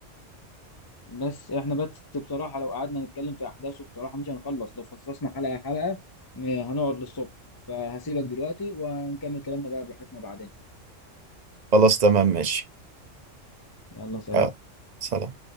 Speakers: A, on the left (about 25°); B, on the right (about 45°).
A: بس احنا بس بصراحه لو قعدنا نتكلم في احداثه بصراحه مش هنخلص لو فصصنا حلقه حلقه م- هنقعد للصبح فهسيبك دلوقتي وهنكمل كلامنا بقى براحتنا بعدين
B: خلاص تمام ماشي
A: يلا سلام
B: اه سلام